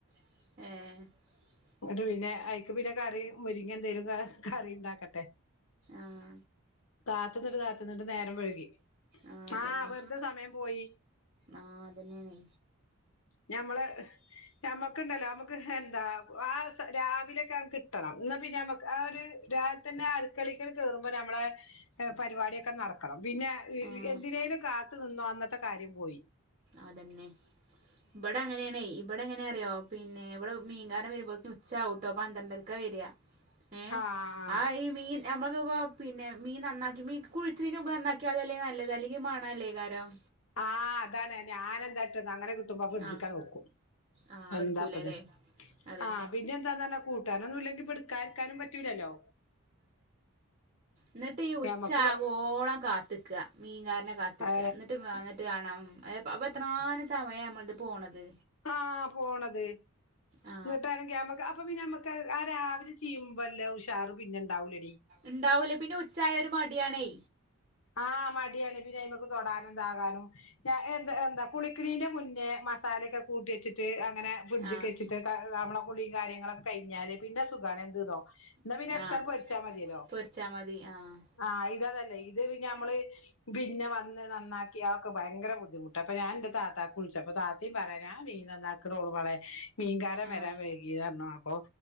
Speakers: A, on the right (about 35°); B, on the left (about 65°).
A: എഏ
B: എന്നട്ട് പിന്നെ അഐക്ക് പിന്നെ കറി മുരിങ്ങ എന്തേലും കറി ഉണ്ടാക്കട്ടെ
A: ആഹ
B: കാത്തന്നിട്ട് കാത്തന്നിട്ട് നേരം വെയ്കി
A: ആഹ് അതന്നെ
B: ആഹ വെറുതെ സമയം പോയി
A: ആഹ് അതന്നെയാണെ
B: ഞമ്മള് ഞമ്മക്കുണ്ടല്ലോ നമ്മുക്ക് എന്താ രാവിലൊക്കങ്‌ കിട്ടണം. ന്ന പിന്നെ ഞമ്മ ആ ഒരു രാവിതന്നെ അടക്കളെക്കങ്ങട് കേറുമ്പോ ഞമ്മളെ പരിപാടിയൊക്കെ നടക്കണം. പിന്നെ
A: ആഹ്
B: എന്തിനേലും കാത്തു നിന്നോ അന്നത്തെ കാര്യം പോയി.
A: അതന്നെ, ഇവിടങ്ങനെണേ, ഇവിടെ എങ്ങനെ അറിയോ? പിന്നെ ഇവിടെമീൻകാരൻ വരുമ്പോക്ക് ഉച്ചാവുട്ടോ പന്ത്രണ്ടരക്കവരാ. ഏ,
B: ആഹ്
A: ആ, ഈ, മീൻ ഞമ്മ ക്ക്, പിന്നെ മീ നന്നാക്കി. മീ കുളിച്ചീന് മുമ്പ് നന്നാക്കിയായല്ലേ നല്ലത് അല്ലെങ്കി മണ അല്ലേ കരം.
B: ആഹ് അതാണ് ഞാനന്താട്ടന്നോ അങ്ങനെ കിട്ടുമ്പോ ഫ്രിഡ്ജിക്കങ്ങട്
A: ആ
B: വെക്കും.
A: ആ
B: എന്താപ്പത്.
A: എടുക്കൂലല്ലേ അതന്നെ
B: ആഹ് പിന്നേന്താന്നറഞ്ഞ കൂട്ടാരോന്നും ഇല്ലെങ്കി പെട് കരിക്കാനും പറ്റൂലല്ലോ.
A: ന്നിട്ട് ഈ ഉച്ചാവുവോളം
B: ഞമ്മക്ക് വ
A: കാത്തിക്ക, മീൻകാരനെ കാത്തിക്ക.
B: ഏ
A: എന്നിട്ട്, എന്നിട്ട് വാണം അപ്പൊ എത്രാനും സമയ നമ്മളത് പോണത്.
B: ആഹ് പോണത്,
A: ആ
B: ഇങ്‌ട്ടാണേങ്കി, ഞമ്മ, ആ അപ്പൊ, പിന്നെ, ഞമ്മുക്ക്, ആ രാവിലെ ചെയ്യുമ്പല്ലേ, ഉഷാറ്, പിന്നെ ഉണ്ടാവൂലടി.
A: ഇണ്ടാവൂലേ, പിന്നെ, ഉച്ചയ, ഒരു മടിയണേ.
B: ആഹ് മടിയാണ്. പിന്നെഅയ്മ്മക്ക്, തൊടാനും, താകാനും, ഞ, എ, എന്താ കുളിക്കണീന്റെ മുന്നേ മസാല ക്ക കൂട്ടി വെച്ചിട്ട് അങ്ങനെ ഫ്രഡ്ജ്ക്ക്
A: ആഹ്
B: വെച്ചിട്ട്, ക, നമ്മളെ കുളി കാര്യങ്ങളൊക്കെ കഴിഞ്ഞാല് പിന്നെ സുഖാണ്. എന്ത്ന്നൊ എന്നാ പിന്നെ എടുത്താട്
A: ആഹ്
B: പൊരിച്ചാ മതില്ലോ.
A: പൊരിച്ചാ മതി ആഹ്
B: ആ ഇരതല്ലേ ഇത് പിന്നെ, ഞമ്മള്, പിന്നെ, വന്ന്, നന്നാക്കി, ആക്കെ ഭയങ്കര ബുദ്ധിമുട്ട. അപ്പൊ, ഞാൻ എന്റെ താത്താക്ക് വിളിച്ചപ്പോ താത്തി പറഞാൻ മീൻ നന്നാളക്കണോള്ളൂ മളെ മീൻകാരൻ,
A: ആഹ്
B: വരാം, വൈകിയതരണം, അപ്പൊ,